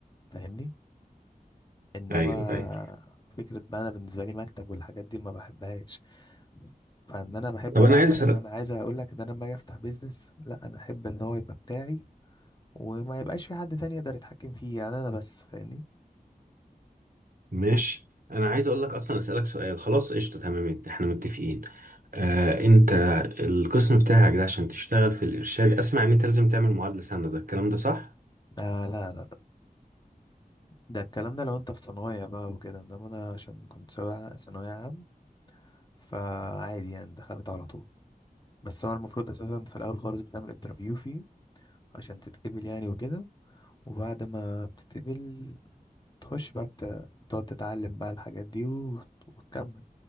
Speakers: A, on the left (about 25°); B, on the right (about 65°).
A: فاهمني انما
B: ايوه ايوه
A: فكرة بقى انا بالنسبة لي مكتب والحاجات دي ما بحبهاش فان انا بحب
B: طب انا
A: بقى
B: عايز اسالك
A: ان انا عايز اقول لك ان انا لما اجي افتح بيزنس لا انا احب ان هو يبقى بتاعي وما يبقاش في حد تاني يقدر يتحكم فيه يعني انا بس فاهمني
B: ماشي انا عايز اقول لك اصلا اسالك سؤال خلاص قشطه تمام احنا متفقين آه انت القسم بتاعك ده عشان تشتغل في الارشاد اسمع ان انت لازم تعمل معادله سنه ده الكلام ده صح
A: لا لا لا لا. ده الكلام ده لو انت في صنايع بقى وكده انما انا عشان كنت ثانوية ثانوية عام فعادي يعني دخلت على طول بس هو المفروض اساسا في الاول خالص بتعمل انترفيو فيه عشان تتقبل يعني وكده وبعد ما بتتقبل تخش بقى بت- بتقعد تتعلم بقى الحاجات دي وت- وتكمل